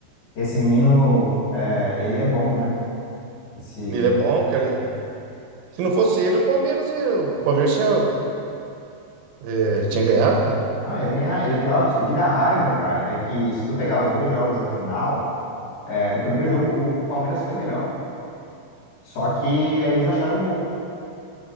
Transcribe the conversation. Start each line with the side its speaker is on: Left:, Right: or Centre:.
Left: Esse menino, é, ele é bom, né? Esse
Right: Ele é bom, cara. Se não fosse ele, o Palmeiras, ia- o Palmeiras tinha, é, tinha ganhado, cara.
Left: Não, ia ganhar. E pior, o que dá raiva, cara, é que se tu pegar os dois jogos da final, é, o primeiro jogo o, o Palmeiras foi melhor, só que aí eles acharam um gol.